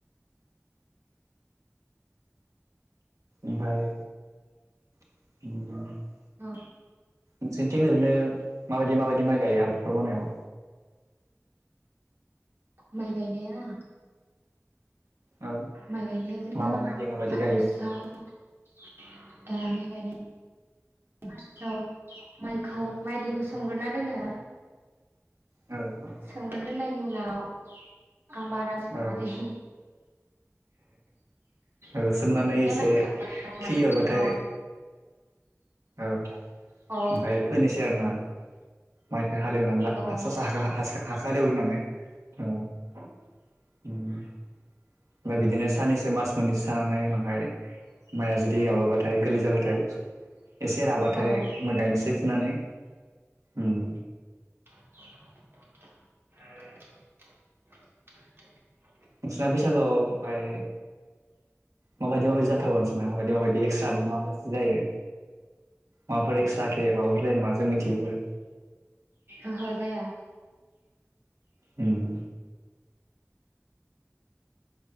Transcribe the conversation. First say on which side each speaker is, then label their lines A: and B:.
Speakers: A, on the right; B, on the right.
A: ओमफ्राय <unintelligible>
B: औ
A: नोंसोरनिथिं ओरैनो माबायदि माबायदि माइ गायो आबादफोर मावनायाव?
B: माइ गायनाया
A: औ
B: माइ गायनाया जोंना
A: मा मा माइ गायो माबायदि
B: फार्स्टआव
A: गायो
B: माइ गायनाया फार्स्टआव माइखौ माइलिखौ सोमग्रोना दोनो।
A: औ औ
B: सोमग्रोना दोननायनि उनाव आं बारा मिथिबाङा
A: औ
B: दै
A: औ सोमनानै
B: ओमफ्राय
A: एसे
B: माइ
A: खिलि
B: माने
A: अरबाथाय
B: अ
A: औ
B: अ औ
A: ओमफाय फोनोसै आरोना माइखो हालेवनानै ला
B: औ
A: हासा सा हाखो हालेवग्रोनानै औ ओमफाय बिदिनो साननैसो मास मोननैसो थानानै उनाव फाय माइया जुदि माबाबाथाय गोरलै जाबाथाय एसे राबाथाय
B: औ
A: मो गायनोसै फुनानै ओम
B: <inaudible> <inaudible>
A: नोंसोना फैसागोआव ओमफाय माबायदि माबायदि जाथावो माबायदि माबायदि माबायसि जायो माबाफोर एक्सट्राखे माबाफोरलायो नामा जोंनिथिबो
B: ओहो जाया
A: होम